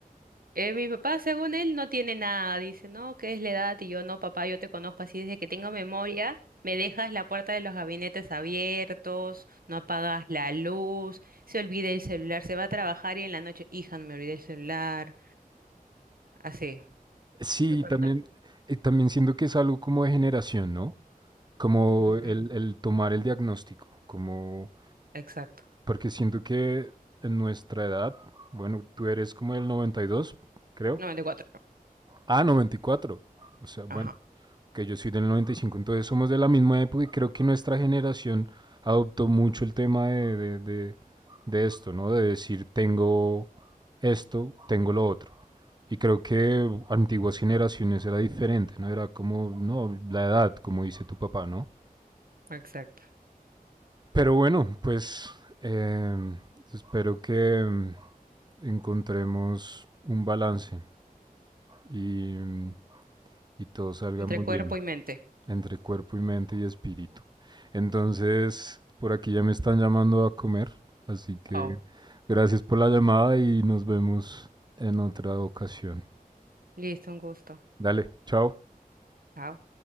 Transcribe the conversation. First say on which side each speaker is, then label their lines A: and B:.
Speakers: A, on the right; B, on the right.
A: Eh, mi papá, según él, no tiene nada. Dice, no, ¿qué es la edad? Y yo, no, papá, yo te conozco así desde que tengo memoria. Me dejas la puerta de los gabinetes abiertos, no apagas la luz, se olvida el celular, se va a trabajar y en la noche, hija, no me olvidé el celular. Así.
B: Sí,
A: Y Cuando...
B: también, eh, también siento que es algo como de generación, ¿no? Como
A: Ujú,
B: el, el tomar el diagnóstico, como,
A: Exacto.
B: porque siento que en nuestra edad, bueno, tú eres como el 92, creo.
A: noventa y cuatro.
B: Ah, 94. O sea, bueno.
A: Ajá,
B: que yo soy del 95, entonces somos de la misma época y creo que nuestra generación adoptó mucho el tema de, de, de, de esto, ¿no? De decir, tengo esto, tengo lo otro. Y creo que antiguas generaciones era diferente, ¿no? Era como, no, la edad, como dice tu papá, ¿no?
A: exacto.
B: Pero bueno, pues eh, espero que em, encontremos un balance y, y todo salga
A: Entre
B: muy
A: cuerpo
B: bien.
A: y mente.
B: entre cuerpo y mente y espíritu. Entonces, por aquí ya me están llamando a comer, así que
A: Oh,
B: gracias por la llamada y nos vemos en otra ocasión.
A: listo, un gusto.
B: Dale, chao.
A: Chao.